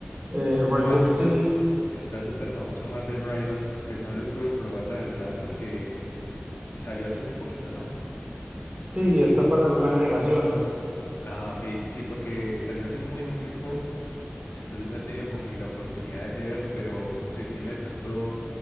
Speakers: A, on the right (about 30°); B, on the left (about 75°).
A: eh, Rainbow
B: Ah, ese
A: Six.
B: está, está súper famoso Marvel Rivals. Pues no lo he podido probar, la verdad, porque salió hace muy poquito, ¿no?
A: Sí, está para las nuevas generaciones.
B: Ah, ok, sí, porque salió hace muy, muy, muy poco. Entonces no he tenido como ni la oportunidad de, de verlo, pero no sé, dime de pronto